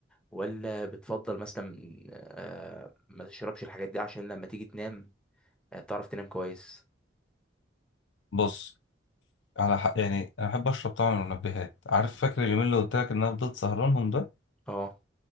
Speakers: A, in the centre; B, on the left.
A: ولا بتفضل مثلا آه، ما تشربش الحاجات دي عشان لما تيجي تنام آه، تعرف تنام كويس
B: بص على حق يعني انا بحب اشرب طبعا من المنبهات عارف فاكر اليومين اللي قلت لك ان انا فضلت سهرانهم ده
A: اه